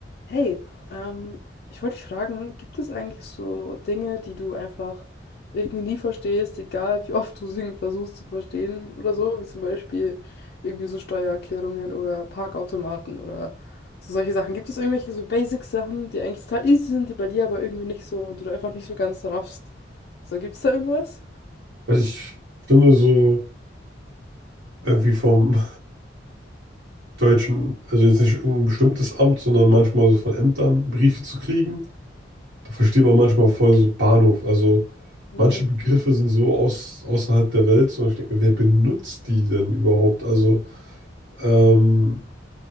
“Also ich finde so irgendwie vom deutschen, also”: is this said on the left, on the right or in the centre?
Right